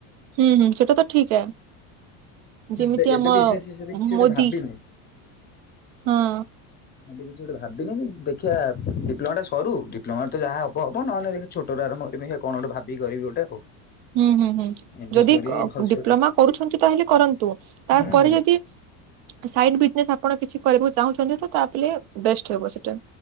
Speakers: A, on the right; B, on the left.
A: ହୁଁ ହୁଁ ସେଟ ତ ଠିକଏ। ଯେମିତି
B: ଏବେ ଏବେ
A: ଆମ
B: ବିଜନେସ୍ ବିଷୟରେ କିଛି ଗୋଟେ
A: ମୋଦି
B: ଭାବିନି।
A: ହଁ।
B: <unintelligible> ଗୋଟେ କିଛି ଗୋଟେ ଭାବିନ କି। ଦେଖିବା ଡିପ୍ଲୋମା ଟା ସରୁ ଡିପ୍ଲୋମା ତ ଯାହା ହ ହବ ହବ ନହେଲେ ଯାଇକି ଛୋଟରୁ ଆରମ୍ଭ କରିବି ଦେଖିବା କଣ ଗୋଟେ ଭାବିିବି କରିବି ଗୋଟେ ଆଉ।
A: ହୁଁ ହୁଁ ହୁଁ
B: ଇନଭେଷ୍ଟ
A: ଯଦି
B: କରିବି ଭଲସେ
A: ଡିପ୍ଲୋମା
B: ଗୋଟେ
A: କରୁଛନ୍ତି ତାହେଲେ କରନ୍ତୁ। ତାପରେ
B: ହୁଁ ହୁଁ।
A: ଯଦି ସାଇଡ ବିଜନେସ୍ ଆପଣ କିଛି କରିବାକୁ ଚାହୁଁଛନ୍ତି ତ ତା ପିଲେ ବେଷ୍ଟ ହେବ ସେଟା।